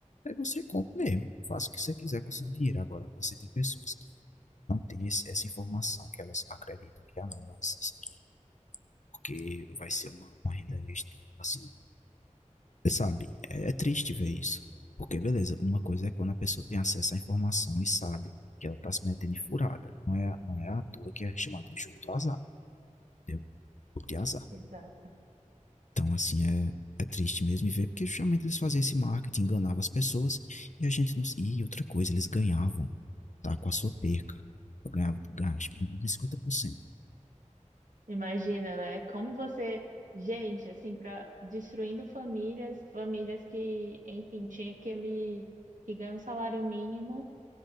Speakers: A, on the left; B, on the right.
A: aí você compra mesmo, faça o que você quiser com o seu dinheiro. Agora, você tem pessoas que não têm esse- essa informação, que elas acreditam que, ah não, mas isso aqui é porque vai ser uma, uma renda extra, assim, Sabe? É, é triste ver isso. Porque, beleza,
B: É,
A: uma coisa é quando a pessoa tem acesso à informação e sabe que ela tá se metendo em furada. Não é, não é à toa que é chamado de jogo do azar, entendeu? Jogo de azar.
B: exato.
A: Então, assim, é, é triste mesmo ver, porque justamente eles faziam esse marketing, enganavam as pessoas e a gente não. E outra coisa, eles ganhavam, tá? Com a sua perca. ganhavam Ganhava, ganhava 50%.
B: Imagina, né? Como você, gente, assim, para destruindo famílias, famílias que, enfim, tinha aquele que ganha um salário mínimo